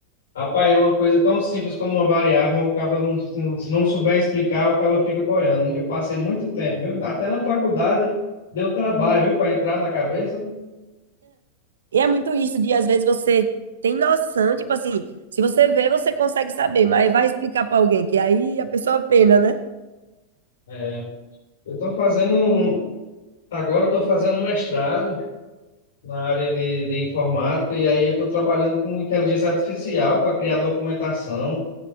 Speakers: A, on the left (about 60°); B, on the right (about 65°).
A: rapaz, é uma coisa tão simples como uma variável, mas o cara não, se se não souber explicar, o cara fica boiando. Eu passei muito tempo, viu? Até na faculdade deu trabalho, viu, para entrar na cabeça.
B: E é muito isso de, às vezes, você tem noção, tipo assim, se você vê, você consegue saber, mas vai explicar pra alguém, que aí a pessoa pena, né?
A: É, eu estou fazendo um, agora eu tô fazendo mestrado. na área de, de informática, e aí eu estou trabalhando com inteligência artificial para criar documentação,